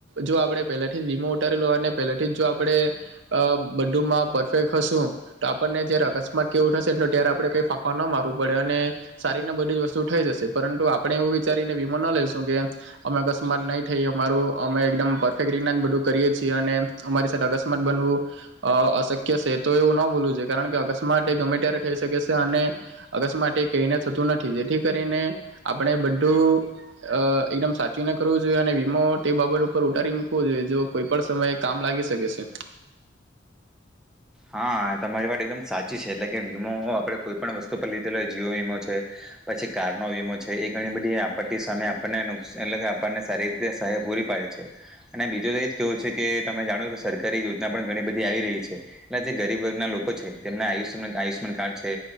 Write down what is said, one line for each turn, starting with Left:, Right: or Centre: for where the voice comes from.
Right: જો આપણે પહેલાથી જ વીમો ઉતારેલો અને પહેલાથી જ જો આપણે બધુંમાં પરફેક્ટ હશું તો આપણને જય્યારે અકસ્માત કેવું થશે ને તો ત્યારે આપણે કંઈ ફાંફા ન મારવું પડે અને સારીને બધી જ વસ્તુ થઈ જશે. પરંતુ આપણે એવું વિચારીને વીમો ન લઈશું કે અમે અકસ્માત નહીં થઈએ અમારું અમે એકદમ પરફેક્ટ રીતના બધું કરીએ છીએ અને અમારી સાથે અકસ્માત બનવું અશક્ય છે તો એવું ન ભૂલવું છે કારણ કે અકસ્માત એ ગમે ત્યારે થઈ શકે છે અને અકસ્માત એ કહીને થતું નથી જેથી કરીને આપણે બધું એકદમ અ સાચવીને કરવું જોઈએ અને વીમો તે બાબત ઉપર ઉતારી મૂકવો જોઈએ જો કોઈ પણ સમયે કામ લાગી શકે છે.
Centre: હા તમારી વાત એકદમ સાચી છે એટલે કે વીમો આપડે કોઈ પણ વસ્તુ પર લીધેલો જીઓ વીમો છે પછી કારનો વીમો છે એ ઘણી બધી આપત્તિ સામે આપણને નુકસાન એટલે કે આપણને સારી રીતે સહાય પૂરી પાડે છે અને બીજું તો એ જ કેવું છે કે તમે જાણો કે સરકારી યોજના પણ ઘણી બધી આવી રહી છે. એટલા જે ગરીબ વર્ગના લોકો છે તેમના આયુષમાન આયુષ્યમાન કાર્ડ છે